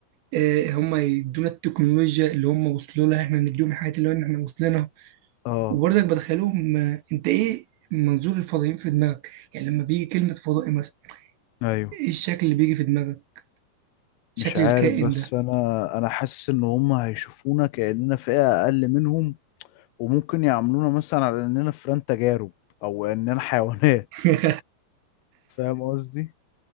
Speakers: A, on the right (about 85°); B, on the left (about 90°).
A: آه هم يدونا التكنولوجيا اللي هم وصلوا لها احنا نديهم الحاجات اللي هو إن احنا وصلنا
B: اه
A: وبرضك بدخلهم آه، انت ايه منظور الفضائيين في دماغك يعني لما بيجي كلمة فضائي مثلا
B: ايوه
A: ايه الشكل اللي بيجي في دماغك شكل
B: مش عارف
A: الكائن
B: بس
A: ده
B: انا انا حاسس ان هم هيشوفونا كأننا فئة اقل منهم وممكن يعاملونا مثلا على اننا فئران تجارب او اننا حيوانات
A: <laughs>
B: فاهم قصدي